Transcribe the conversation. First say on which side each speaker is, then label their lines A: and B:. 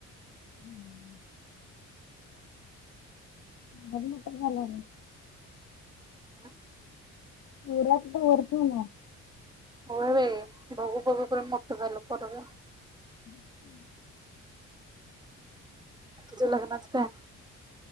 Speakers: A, on the left; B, on the right.
A: हम्म. बर मट झाला <unintelligible>
B: हम्म.
A: पऱत दरस होन <unintelligible>
B: हो बाई बघू बघू पर्यन मोठ झालं पोरग.
A: ब <unintelligible>
B: तुझं लग्नाच का?